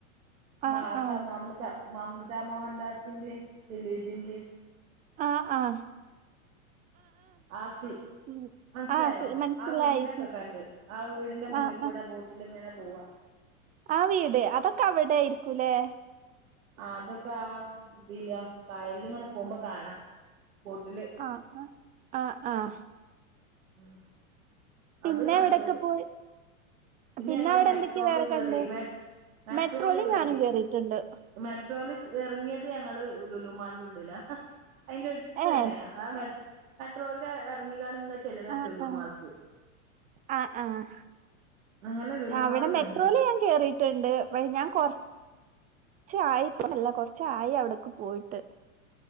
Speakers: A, on the right; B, on the right.
A: ആഹ്
B: മാത
A: ആഹ്
B: മമത മംമ്താ മോഹൻദാസിന്റെയും ദിലീപിന്റെയും
A: ആഹ് ആഹ്
B: ആഹ് സീൻ
A: ഉം
B: മനസ്സിലായോ
A: ആഹ് മനസ്സിലായി
B: ആഹ് വീടൊക്കെ കണ്ട് ആഹ് വീടിന്റെ
A: ആഹ്
B: മുന്നിൽ കൂടെ ബോട്ടിലിങ്ങനെ പോവാ
A: ആഹ് വീട് അതൊക്കെ അവിടെ ആയിരിക്കൂല്ലേ
B: ആഹ് അതൊക്കെ ആഹ് ഇതില് കായലിലിങ്ങനെ പോകുമ്പോ കാണാം ബോട്ടില്
A: ആഹ് ആഹ് ആഹ് ആഹ്
B: ഉം
A: പിന്നെ
B: അത് കണ്ടു
A: എവിടെക്കെ പോയി പിന്നെ
B: ഞങ്ങള്
A: അവിടെ
B: മെട്രോല്
A: എന്തൊക്കെയാ വേറെ
B: കേറി
A: കണ്ട്
B: മെ മെട്രോല്
A: മെട്രോയില്
B: കേറി
A: ഞാനും കയറിയീട്ടുണ്ട്
B: മെട്രോല് ഇറങ്ങിയത് ഞങ്ങള് ലുലൂമാളിന്റുള്ളിലാ അതിന്റെ അടുത്ത്
A: ഏഹ്
B: തന്നെ ആഹ് മെ മെട്രോന്റെ ഇറങ്ങിക്കാണ് ഇങ്ങ ചെല്ലണ്
A: ആഹ്
B: ലുലുമാൾക്ക്
A: ആഹ് ആഹ് ആഹ്
B: അങ്ങനെ ലുലുമാള്
A: അവിടെ
B: കണ്ട്
A: മെട്രോല് ഞാൻ കേറിയിട്ടുണ്ട് ഞാൻ കൊറച്ച് ച്ച് ആയി ഇപ്പോല്ല കൊറച്ച് ആയി അവിടൊക്കെ പോയിട്ട്